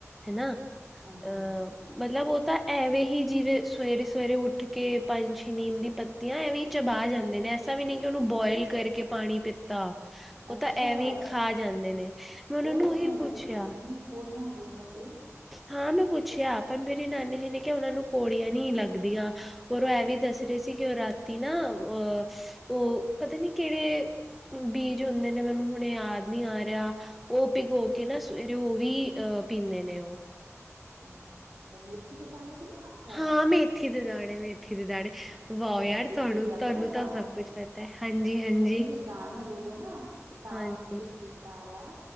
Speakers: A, in the centre; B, on the right.
A: ਹਨਾ
B: ਹਾਂਜੀ
A: ਅਹ
B: ਹਾਂਜੀ
A: ਮਤਲਬ ਉਹ ਤਾਂ ਐਵੇਂ ਹੀ ਜਿਵੇ ਸਵੇਰੇ ਸਵੇਰੇ ਉੱਠ ਕੇ ਪੰਛ ਨੀਮ ਦੀ ਪਤੀ ਆਂ ਐਵੇਂ ਹੀ ਚਬਾਹ ਜਾਂਦੇ ਨੇ ਐਸਾ ਵੀ ਨਹੀਂ ਕਿ ਉਹਨੂੰ ਬੋਇਲ ਕਰਕੇ ਪਾਣੀ ਪੀਤਾ। ਉਹ
B: ਅੱਛਾ
A: ਤਾਂ ਐਵੇਂ ਖਾ ਜਾਂਦੇ ਨੇ, ਮੈਂ ਉਹਨਾਂ
B: ਪੌੜੀਆਂ
A: ਨੂੰ ਉਹੀ
B: ਹਾਂਜੀ
A: ਪੁੱਛਿਆ।
B: ਇੰਨੀਆਂ ਪੌੜੀਆਂ ਹੁੰਦੀਆਂ ਨੇ ਅੱਗੇ।
A: ਹਾਂ ਮੈਂ ਪੁੱਛਿਆ, ਪਰ ਮੇਰੀ ਨਾਨੀ ਜੀ ਨੇ ਕਿਹਾ ਉਹਨਾਂ ਨੂੰ ਪੌੜੀਆਂ ਨਹੀ ਲੱਗਦੀਆਂ ਔਰ ਉਹ ਇਹ ਵੀ ਦੱਸ ਰਹੇ ਸੀ ਕਿ ਉਹ ਰਾਤੀ ਨਾ ਅਹ, ਉਹ ਪਤਾ ਨੀ ਕਿਹੜੇ ਬੀਜ ਹੁੰਦੇ ਨੇ ਮੈਨੂੰ ਹੁਣ ਯਾਦ ਨਹੀ ਆ ਰਿਹਾ। ਓਹ ਪੀਗੋ ਕੇ ਨਾ ਸਵੇਰੇ ਉਹ ਵੀ ਅਹ ਪਿੰਦੇ ਨੇ ਉਹ।
B: ਹੂੰ, ਅੱਛਾ ਮੇਥੀ ਦੇ ਦਾਣੇ ਤੇ ਨੀ ਹੇ?
A: ਹਾਂ ਮੈਥੀ ਦੇ ਦਾਣੇ, ਮੈਥੀ ਦੇ ਦਾਣੇ ਵਾਹ
B: ਹਾਂਜੀ
A: ਯਾਰ
B: ਕਿਉਂਕਿ
A: ਤੁਹਾਨੂੰ
B: ਤੁਸੀਂ ਆਖੇ
A: ਤੁਹਾਨੂੰ
B: ਨਾ
A: ਤਾਂ
B: ਦਾਣੇ,
A: ਸਭ ਕੁੱਛ ਪਤਾ ਹੈ ਹਾਂਜੀ ਹਾਂਜੀ
B: ਨਹੀਂ ਦਾਣੇ ਬੋਲੇ ਨਾ ਤਾਂ
A: ਹਾਂਜੀ
B: ਮੈਨੂੰ ਚਿਤ ਚੇਤਾ ਆਇਆ